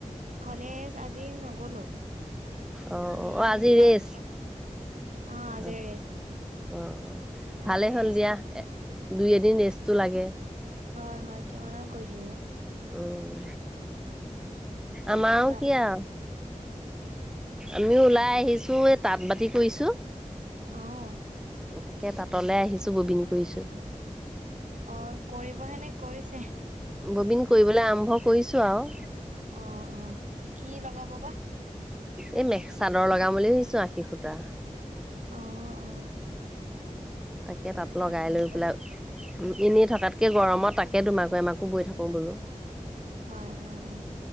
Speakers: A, on the right; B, in the centre.
A: কলেজ আজি নগ'লো।
B: অঁ
A: মানে
B: অঁ অঁ অঁ, আজি
A: যাবলগীয়া
B: ৰেচ
A: নহল আজি
B: অ
A: ৰেষ্ট
B: অ
A: আজি
B: ভালেই হ'ল
A: ৰেষ্টত
B: দিয়া
A: আছে
B: এ দুই এদিন ৰেচ। ৰেচটো লাগে।
A: হয় হয় কিমান আৰু কৈ থাকিম।
B: উম
A: সেইকাৰণে
B: আমাৰও
A: বোলো
B: কি আও
A: আজি
B: আমিও ওলাই আহি। ছো এ তাঁত বাতি কৰিছো।
A: অঁ।
B: তাকে তাতলে আহিছোঁ ববিন কৰিছোঁ।
A: অঁ। কৰিবহে নে কৰিছে।
B: ববিন কৰিবলৈ আৰম্ভ কৰিছো আৰু।
A: অঁ অঁ, কি লগাব বা।
B: এই মেখ চাদৰ লগাম বুলি ভাবিছো আশী সুতা
A: অ অ
B: তাকে তাত লগাই
A: আশীটা
B: লৈ পেলাই।
A: চাদৰ
B: এনে থকাতকে গৰমত তাকে দুমাকৈ এমাকো বৈ থাকো বলো।
A: হয় হয়।